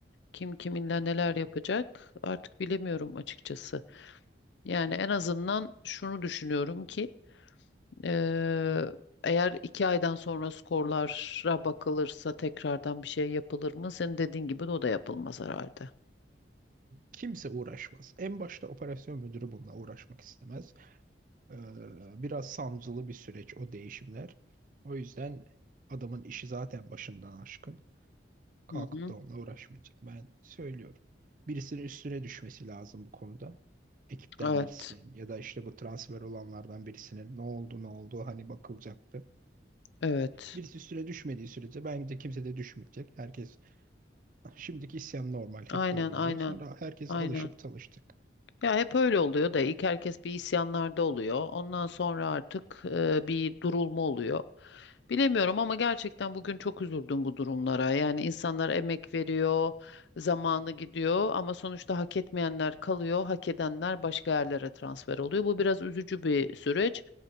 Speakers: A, on the left; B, on the right.
A: kim kiminle neler yapacak artık bilemiyorum açıkçası. Yani en azından şunu düşünüyorum ki eee, eğer iki aydan sonra skorlara bakılırsa tekrardan bir şey yapılır mı? Senin dediğin gibi de o da yapılmaz herhalde.
B: Kimse uğraşmaz. En başta operasyon müdürü bununla uğraşmak istemez. Ee, biraz sancılı bir süreç o değişimler. O yüzden adamın işi zaten başından aşkın. Kalkıp
A: Hı hı.
B: da onunla uğraşmayacak. Ben söylüyorum. Birisinin üstüne düşmesi lazım bu konuda. Ekipten
A: Evet,
B: birisinin ya da işte bu transfer olanlardan birisinin ne oldu ne oldu hani bakılacaktı.
A: evet.
B: Birisi üstüne düşmediği sürece bence kimse de düşmeyecek. Herkes <laughs> şimdiki isyan normal
A: Aynen,
B: hep böyle
A: aynen,
B: oluyor. Sonra herkes
A: aynen.
B: alışıp talıştık.
A: Ya hep öyle oluyor da ilk herkes bir isyanlarda oluyor. Ondan sonra artık e, bir durulma oluyor. Bilemiyorum ama gerçekten bugün çok üzüldüm bu durumlara. Yani insanlar emek veriyor, zamanı gidiyor ama sonuçta hak etmeyenler kalıyor, hak edenler başka yerlere transfer oluyor. Bu biraz üzücü bir süreç.